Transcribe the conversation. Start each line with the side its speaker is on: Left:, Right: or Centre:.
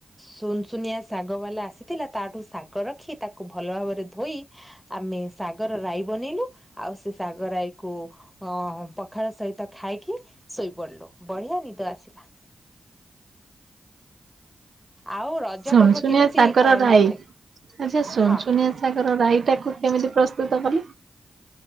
Centre: ସୁନସୁନିଆ ଶାଗବାଲା ଆସିଥିଲା ତାଠୁ ଶାଗ ରଖି ତାକୁ ଭଲ ଭାବରେ ଧୋଇ ଆମେ ଶାଗର ରାଇ ବନେଇଲୁ ଆଉ ସେ ଶାଗ ରାଇକୁ ଅ ପଖାଳ ସହିତ ଖାଇକି ଶୋଇପଡିଲୁ ବଢିଆ ନିଦ ଆସିଲା। ଆଉ ରଜ
Right: ଶୁନ
Centre: ପର୍ବ
Right: ଶୁନିଆ
Centre: କେମିତି
Right: ସାଗର
Centre: ପାଳନ
Right: ରାଇ
Centre: କଲେ?
Right: ଆଚ୍ଛା ଶୁଣ
Centre: ହଁ
Right: ଶୁନିଆ ସାଗର ରାଇ ଟାକୁ କେମିତି ପ୍ରସ୍ତୁ ସ୍ତୁତ କଲେ।